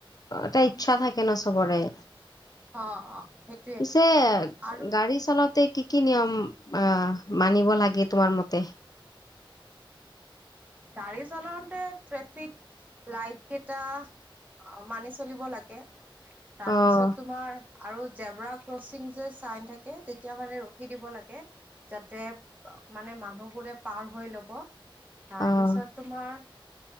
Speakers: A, on the left (about 45°); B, on the right (about 20°).
A: এটা ইচ্ছা থাকে ন চবৰে
B: অ অ সেইটোয়ে
A: পিছে
B: আৰু
A: গাড়ী চলাওঁতে কি কি নিয়ম আ মানিব লাগে তোমাৰ মতে
B: গাড়ী চলাওতে ট্ৰেফিক লাইট কেইটা অ মানি চলিব লাগে তাৰপিছত
A: অ',
B: তোমাৰ আৰু জেব্ৰা ক্ৰচিং যে চাইন থাকে তেতিয়া মানে ৰখি দিব লাগে যাতে মানে মানুহবোৰে পাৰ হৈ লব তাৰ
A: অ',
B: পিছত তোমাৰ